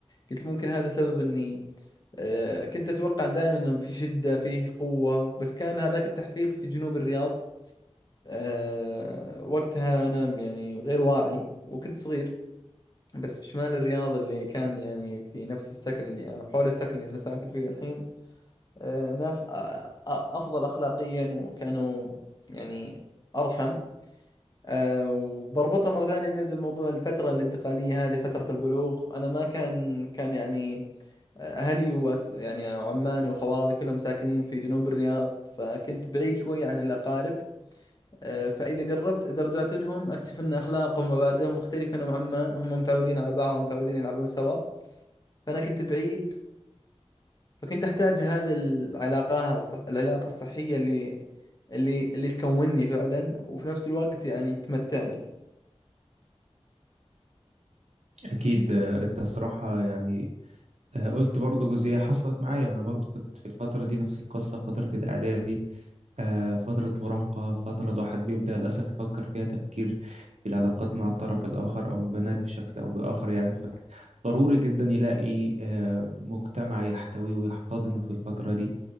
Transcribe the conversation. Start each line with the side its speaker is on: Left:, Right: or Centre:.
Left: قلت ممكن هذا سبب إني أه، كنت أتوقع دائما إنه في شدة فيه قوة بس كان هذاك التحفيظ في جنوب الرياض أه، وقتها أنا يعني غير واعي وكنت صغير بس في شمال الرياض اللي كان يعني في نفس السكن اللي حول السكن اللي أنا ساكن فيه الحين آه، ناس آه، آه، أفضل أخلاقيا وكانوا يعني أرحم آه، وبربطها مرة ثانية نرجع لموضوع الفترة الانتقالية هذه فترة البلوغ أنا ما كان كان يعني آه، أهلي وأس يعني عماني وخوالي كلهم ساكنين في جنوب الرياض فكنت بعيد شوي عن الأقارب آه، فإذا قربت إذا رجعت لهم أكتشف أن أخلاقهم ومبادئهم مختلفة نوعا ما هم متعودين على بعض متعودين يلعبون سوا فأنا كنت بعيد فكنت احتاج هذه العلاقة الصح... العلاقة الصحية اللي اللي اللي تكونني فعلا وفي نفس الوقت يعني تمتعني
Right: أكيد آه، أنت صراحة يعني آه، قلت برضه جزئية حصلت معايا ما أنا برضه كنت في الفترة دي نفس القصة فترة الإعدادي آه، فترة مراهقة فترة الواحد بيبدأ للأسف يفكر فيها تفكير في العلاقات مع الطرف الآخر أو البنات بشكل أو بآخر يعني فكان ضروري جدا يلاقي آه، مجتمع يحتويه ويحتضنه في الفترة دي